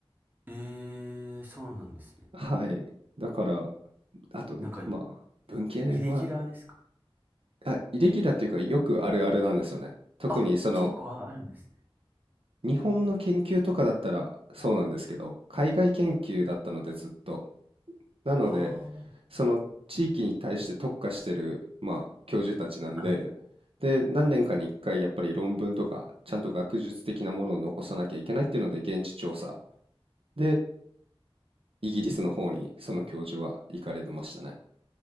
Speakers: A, on the right; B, on the right.
A: えー、そうなんですね。
B: はい。だから、あと、
A: なんか、イ
B: まあ、文系は、
A: イレギュラーですか
B: あ、イレギュラーっていうかよくあるあるなんですよね。特にその
A: あ、結構ああるんですね。
B: 日本の研究とかだったらそうなんですけど、海外研究だったのでずっと。なので、
A: あ
B: その地域に対して特化してる、まあ、教授たちなんで、
A: あ、
B: で、何年かに1回やっぱり論文とか、ちゃんと学術的なものを残さなきゃいけないっていうので、現地調査で、イギリスの方にその教授は行かれてましたね。